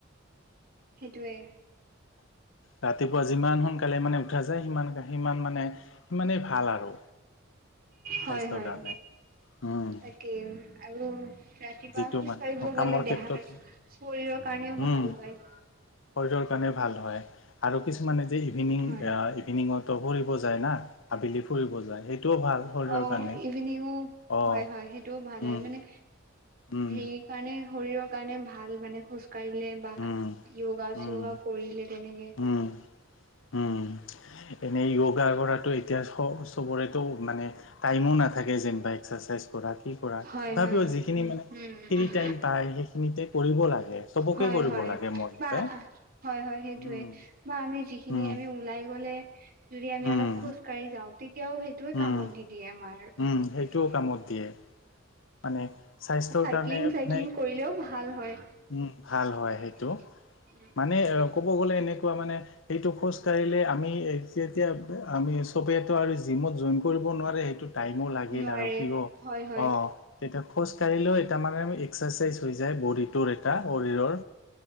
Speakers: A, on the right (about 45°); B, on the left (about 70°).
A: সেইটোয়ে।
B: ৰাতিপুৱা যিমান সোনকালে মানে উঠা যায়, সিমান, সিমান মানে সিমানেই ভাল আৰু।
A: হয়
B: স্বাস্থ্যৰ
A: হয়
B: কাৰণে, উম।
A: তাকে আৰু ৰাতিপুৱা
B: যিটো
A: খোজ
B: মানে
A: কাঢ়িব গ'লে
B: কামৰ ক্ষেত্ৰত
A: দেহাৰ শৰীৰৰ কাৰণেও
B: উম
A: ভাল হয়।
B: শৰীৰৰ কাৰণে ভাল হয়। আৰু কিছুমানে যে ইভিনিং
A: হয়
B: আ
A: হয়
B: ইভিনিঙতো ফুৰিব যায় না, আবেলি ফুৰিব যায় সেইটোও ভাল শৰীৰৰ
A: অ',
B: কাৰণে
A: ইভিনিঙু
B: অ
A: হয়, হয়, সেইটোও ভাল হয়
B: উম
A: মানে
B: উম
A: হেৰিৰ কাৰণে শৰীৰৰ কাৰণে ভাল মানে খোজ কাঢ়িলে বা
B: উম
A: য়োগা
B: উম
A: চোগা কৰিলে তেনেকে।
B: উম উম, এনেই য়োগা কৰাটো এতিয়া চব চবৰেটো মানে টাইমো নাথাকে যেনিবা এক্সাৰচাইজ কৰা, কি কৰা।
A: হয়,
B: তথাপিও
A: হয়,
B: যিখিনি
A: উম।
B: মানে
A: উম
B: ফ্ৰী
A: উম
B: টাইম পাই, সেইখিনিতে কৰিব লাগে, চবকে
A: হয়
B: কৰিব
A: হয়
B: লাগে মোৰ মতে।
A: বা হয় হয় সেইটোয়ে
B: উম,
A: বা আমি যিখিনি
B: উম,
A: আমি ওলাই গ'লে যদি আমি
B: উম,
A: অলপ খোজ কাঢ়ি যাওঁ, তেতিয়াও সেই টোৱে কামত
B: উম,
A: দি দিয়ে আমাৰ, <unintelligible>
B: উম, সেইটোও
A: তেনেকে।
B: কামত দিয়ে মানে স্বাস্থ্যৰ
A: চাইকেলিং,
B: কাৰণে
A: চাইকেলিং
B: মানে
A: কৰিলেও ভাল হয়,
B: উম, ভাল হয়
A: <unintelligible>
B: সেইটো। মানে ক'ব গ'লে এনেকুৱা মানে এইটো খোজ কাঢ়িলে আমি যেতিয়া আমি চবেইটো আৰু জিমত জইন কৰিব নোৱাৰে সেইটোত টাইমো লাগিল
A: নোৱাৰে
B: আৰু কি অ',
A: হয় হয়
B: তেতিয়া খোজ কাঢ়িলেও তাৰ মানে এক্সাৰচাইজ হৈ যায় বডীটোৰ এটা শৰীৰৰ।